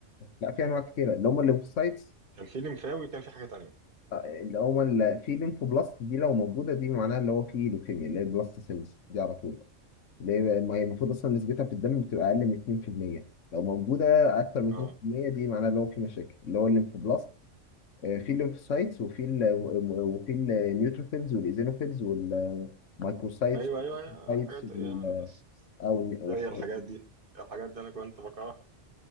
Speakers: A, on the left; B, on the right.
A: لا في انواع كتيره اللي هم الليمفوسايتس
B: كان في ليمفاوي كان في حاجة تانية
A: آه، اللي هم ال- في ليمفوبلاست دي لو موجوده دي معناها اللي هو في لوكيميا اللي هي البلاست سيلز دي على طول ليه؟ ما هي المفروض اصلا نسبتها في الدم بتبقى اقل من 2% لو موجوده اكتر من 2%
B: أه
A: دي معناها اللي هو في مشاكل اللي هو الليمفوبلاست آه، في الليمفوسايتس وفي ال وفي النيوتروفيلز والايزينوفيلز والمايكروسايتس
B: أيوه أيوه أيوه
A: والسايتس
B: الحاجات
A: وال-
B: يا بس
A: او ال- والحاجات
B: هي الحاجات
A: دي.
B: دي الحاجات دي أنا كنت بكرهها